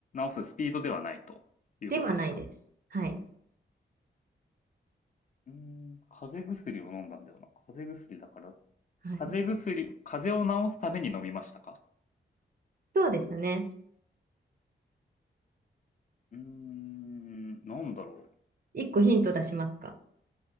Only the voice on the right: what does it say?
ではないです。はい。
はい。
そうですね。
一個ヒント出しますか。